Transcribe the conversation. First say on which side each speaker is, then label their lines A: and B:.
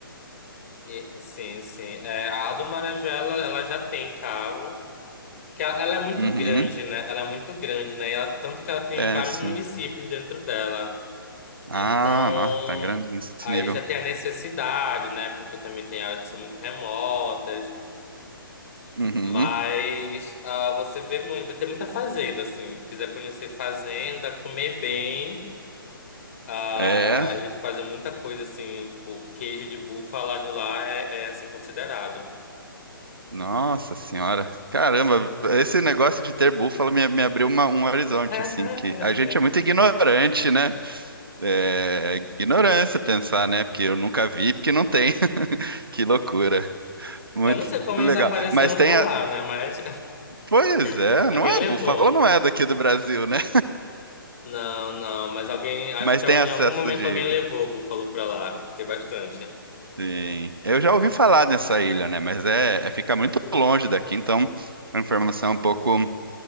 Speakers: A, on the left; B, on the right.
A: E, sim, sim. É, a do Marajó, ela, ela já tem carro. Que ela, ela é muito
B: Uhum,
A: grande, né? Ela é muito grande, né? E ela- tanto que ela tem
B: é,
A: vários
B: sim.
A: municípios dentro dela.
B: Ah,
A: Então,
B: nossa, tá grande nesse
A: aí
B: nível.
A: já tem a necessidade, né? Porque também tem áreas que são muito remotas.
B: Uhum.
A: Mas ah, você vê muito, vai ter muita fazenda, assim. Se quiser conhecer fazenda, comer bem. ah,
B: É,
A: eles fazem muita coisa, assim, tipo, queijo de búfala de lá é, é assim, considerado.
B: nossa senhora, caramba, esse negócio de ter búfalo me, me abriu uma- um horizonte,
A: <laughs>
B: assim, que a gente é muito ignorante, né? É, ignorância pensar, né? Porque eu nunca vi, porque não tem. <laughs> Que loucura, muito
A: Eu não sei como
B: legal.
A: eles apareceram
B: Mas tem
A: por
B: a...
A: lá, né? Mas
B: Pois é,
A: <laughs> alguém
B: não é,
A: levou.
B: búfalo não é daqui do Brasil, né?
A: Não, não, mas alguém, acho
B: Mas
A: que
B: tem
A: em
B: acesso
A: algum momento
B: de...
A: alguém levou o Búfalo pra lá. Tem bastante.
B: Sim, eu já ouvi falar nessa ilha, né? Mas é, é fica muito longe daqui, então a informação é um pouco...